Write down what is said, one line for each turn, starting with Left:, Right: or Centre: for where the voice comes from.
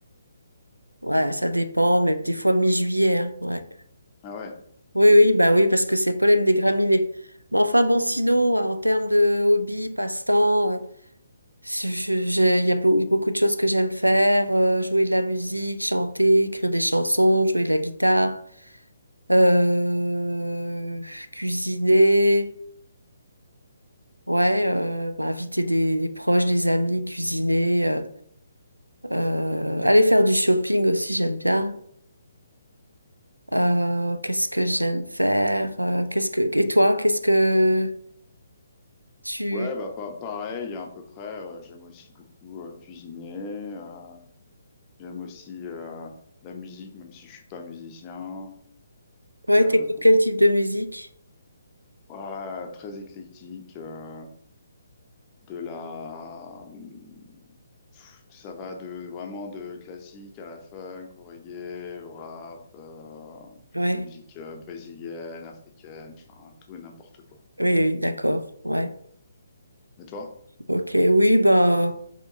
Right: Ouais, ça dépend, mais des fois mi-juillet. hein, ouais.
Left: Ah ouais.
Right: Oui,
Left: Ah ouais.
Right: oui, bah oui, parce que c'est le problème des graminées. Mais enfin, bon, sinon, euh, en termes de hobby, passe-temps, euh, je- je- je- il y a beau- beaucoup de choses que j'aime faire, euh, jouer de la musique, chanter, écrire des chansons, jouer de la guitare, euh, cuisiner, ouais, euh, bah, inviter des, des proches, des amis, cuisiner, euh, euh, aller faire du shopping aussi, j'aime bien. Euh, qu'est-ce que j'aime faire? Euh, qu'est-ce que et toi, qu'est-ce que tu
Left: Ouais, bah pa- pareil, à peu près. euh, j'aime aussi beaucoup euh, cuisiner. euh, j'aime aussi euh, la musique, même si je suis pas musicien.
Right: ouais,
Left: Euh,
Right: t'écoutes quel type de musique?
Left: ouais, très éclectique. euh, de la mm, Ça va de vraiment de classique à la funk, au reggae, au rap, euh,
Right: Ouais,
Left: musique euh, brésilienne, africaine, enfin, tout et n'importe quoi.
Right: oui, oui, d'accord. Ouais,
Left: Et toi?
Right: ok, oui, bah